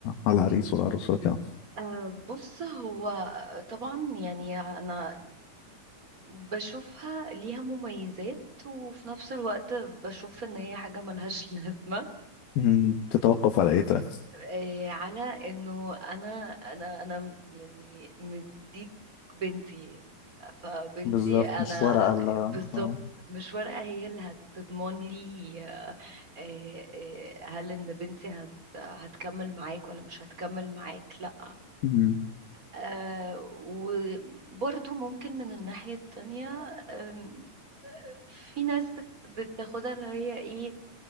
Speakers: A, on the left; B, on the right.
A: على العريس والعروس وكده
B: آه، بص هو طبعا يعني انا بشوفها ليها مميزات وفي نفس الوقت بشوف ان هي حاجه ملهاش <laughs> لازمه
A: مم. تتوقف على ايه طيب
B: إيه، على انه انا انا انا يعني مديك بنتي فبنتي
A: بالظبط
B: انا
A: مش ورقه لا
B: بالظبط
A: آه.
B: مش ورقة هي اللي هتضمن لي آه، آه، آه، هل ان بنتي هت هتكمل معاك ولا مش هتكمل معاك لا
A: مم.
B: آه، وبرضو ممكن من الناحية التانية آم، في ناس بت- بتاخدها اللي هي ايه